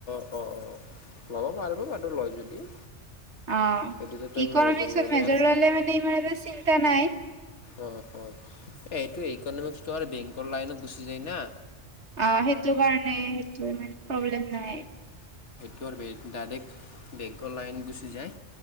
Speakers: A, on the left; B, on the right.
A: অ', অ', ল'ব পাৰব বাৰু লয় যদি।
B: অ',
A: সেইটোতো তুমি
B: ইকনমিক্সত
A: মেজৰ ল'লে
B: মেজৰ
A: আৰু
B: ললে মানে, ইমান এটা চিন্তা নাই।
A: অ', অ', এ এইটো ইকনমিক্সটো আৰ বেংকৰ লাইনত গুচি যায় না।
B: অ', সেইটো কাৰণে, সেইটো ইমান প্ৰ'ব্লেম নাই।
A: তোৰ বেং, ডাইৰেক্ট বেংকৰ লাইন গুচি যায়।